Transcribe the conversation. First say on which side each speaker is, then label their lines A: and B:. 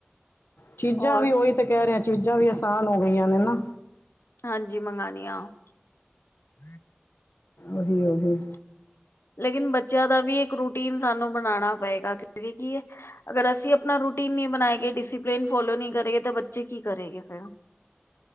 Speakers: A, on the left; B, on the left.
A: ਚੀਜਾਂ
B: ਔਰ
A: ਵੀ ਓਈ ਤੇ ਕੈ ਰਹੇ ਆ, ਚੀਜਾਂ ਵੀ ਅਸਾਨ ਹੋ ਗਈਆਂ ਨੇ ਨਾ
B: ਹਾਂਜੀ, ਮੰਗਾਨੀ ਆ ਉਹ
A: ਓਹੀ, ਓਹੀ
B: ਲੇਕਿਨ ਬੱਚੇਆ ਦਾ ਵੀ ਇੱਕ ਰੂਟੀਨ ਸਾਨੂੰ ਬਣਾਣਾ ਪਏਗਾ <unintelligible> ਅਗਰ ਅਸੀਂ ਆਪਣਾ ਰੂਟੀਨ ਨਹੀਂ ਬਣਾਏ ਗਏ, ਡਿਸਪਲੇਨ ਫੋਲੋ ਨਹੀਂ ਕਰੇ ਤਾਂ ਬੱਚੇ ਕੀ ਕਰੇਗੇ ਫਿਰ।